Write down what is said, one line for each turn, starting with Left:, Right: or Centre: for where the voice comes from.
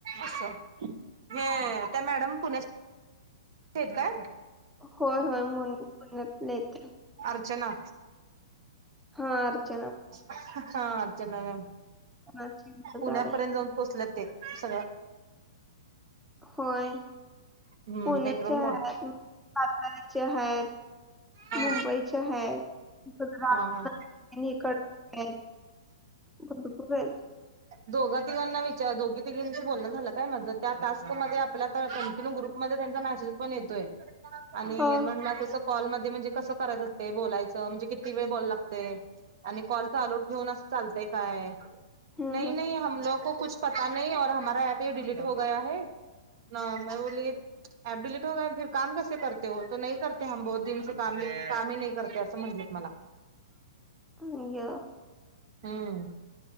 Right: अचा हे त्या मॅडम पुण्या काय
Centre: हो हो म मत लत
Right: अर्चना
Centre: हा अरच
Right: हा अर्चना मॅम
Centre: पुण्याची
Right: पुण्यापर्यंत
Centre: गावे
Right: जाऊन पोहोचल्या ते सगळ
Centre: होय
Right: हम्म
Centre: पुण्याचे
Right: मेट्रो
Centre: आहेत
Right: मुळं
Centre: सातााराचे आहेत
Right: हा
Centre: मुंबईच्या आहेतकड
Right: हा हा
Centre: आहेत भरपूर आहेत
Right: दोघ तिघांना विचार दोघी तिघीशी बोलणं झालं काय माझ त्या टास्क मध्ये आपल्या कंटिन्यू ग्रुपमध्ये त्यांचा <unintelligible>
Centre: हा
Right: े क कराय अस बोयच म्हणजे किती वेळ ब लागते आणि कॉल चालू ठेून चालते काय
Centre: हम्म
Right: नाही नाही हमलो कुछ पता नाहीऔर हमारा ऍप हे डिलीट होगया है न मे बोली ॲप डिलीट हो गया फिर काम कैसे करते हो तो नही करते हम बहुत दिन से काम ही नाही करते असं म्हटलं मला
Centre: <inaudible>
Right: हम्म